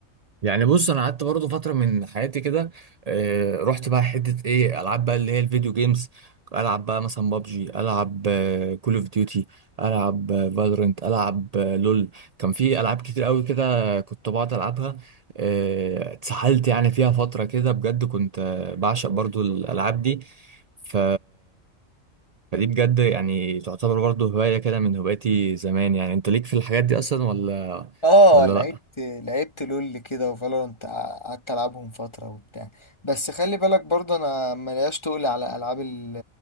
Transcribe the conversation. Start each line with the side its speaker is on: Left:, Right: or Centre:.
Right: يعني بص انا قعدت برضه فتره من حياتي كده آه، رحت بقى حته ايه العاب بقى اللي هي الفيديو جيمز العب بقى مثلا بابجي العب كول اوف ديوتي العب فالورنت العب آه، لول كان في العاب كتير قوي كده كنت بقعد العبها آه، اتسحلت يعني فيها فتره كده بجد كنت آه، بعشق برضه الالعاب دي ف فدي بجد يعني تعتبر برضه هوايه كده من هواياتي زمان يعني انت ليك في الحاجات دي اصلا ولا
Left: اه
Right: ولا
Left: لعبت
Right: لا
Left: لعبت لول كده وفالورانت قعدت العبهم فتره وبتاع بس خلي بالك برضه انا ملياش تقل على العاب ال-